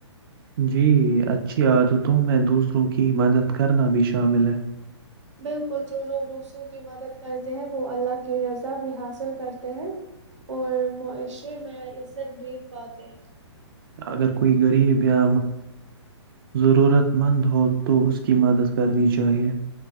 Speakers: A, on the right; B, on the right.
A: جی اچھی عادتوں میں دوسروں کی مدد کرنا بھی شامل ہے
B: بالکل جو لوگ دوسروں کی مدد کرتے ہیں وہ اللہ کی رضا بھی حاصل کرتے ہیں اور معاشرے میں عزت بھی پاتے ہیں
A: اگر کوئی گریب یا ضرورت مند ہو تو اسکی مداد ضرور کرنا چائے